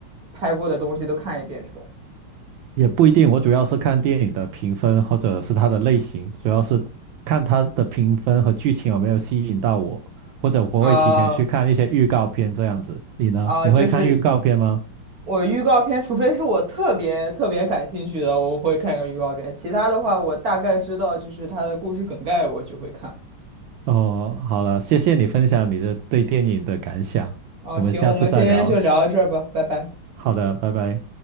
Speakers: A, on the right; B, on the right.
A: 拍过的东西都看一遍这种？
B: 也不一定，我主要是看电影的评分或者是它的类型，主要是看它的评分和剧情有没有吸引到我，或者我会提前去看一些预告片这样子。
A: 啊
B: 你呢？
A: 啊，
B: 你会看预告片吗？
A: 就是。我预告片，除非是我特别特别感兴趣的，我会看个预告片。其他的话，我大概知道就是它的故事梗概，我就会看吧。
B: 哦，好了，谢谢你分享你的对电影的感想，
A: 哦，
B: 我们下次再聊。
A: 行，我们今天就聊到这儿吧，拜拜。
B: 好的，拜拜。